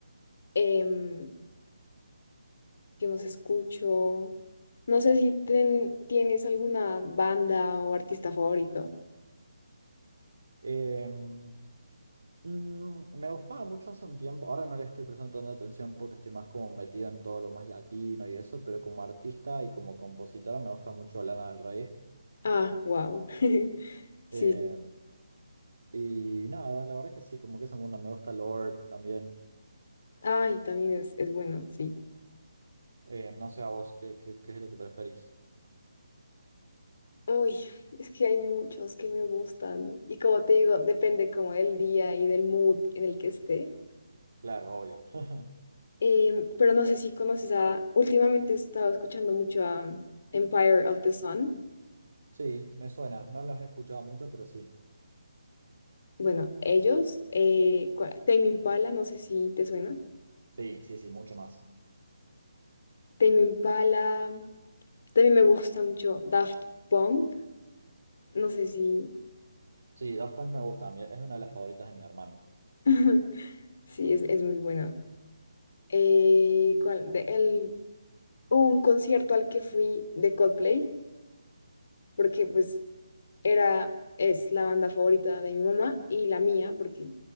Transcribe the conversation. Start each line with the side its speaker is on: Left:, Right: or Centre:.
Left: Em, ¿qué más escucho? No sé si ten- tienes alguna banda o artista favorito.
Right: Em, mm, me gustaba mucho hace un tiempo, ahora no le estoy prestando tanta atención porque estoy más como metido en todo lo más latino y eso, pero como artista y como compositora me gusta mucho Lana del Rey.
Left: Ah, wow. <laughs> Sí.
Right: Em, y nada, la verdad que sí, como que ese mundo me gusta Lord también.
Left: Ay, también es, es bueno, sí.
Right: Eh, no sé a vos qué, qué, qué es lo que preferís.
Left: Uy, es que hay muchos que me gustan y como te digo, depende como del día y del mood en el que esté.
Right: Claro, obvio. <laughs>
Left: Em, pero no sé si conoces a, últimamente he estado escuchando mucho a um, Empire of the Sun.
Right: Sí, me suena. No los he escuchado mucho, pero sí.
Left: Bueno, ellos, eh, cua- Tame Impala, no sé si te suena.
Right: Sí, sí, sí, mucho más.
Left: Tame Impala, también me gusta mucho Daft Punk, no sé si,
Right: Sí, Daft Punk me gusta. mi- Es una de las favoritas de mi hermano.
Left: <laughs> sí, es, es muy bueno. Eh, ¿cuál? De- el, un concierto al que fui de Coldplay porque pues era, es la banda favorita de mi mamá y la mía, porque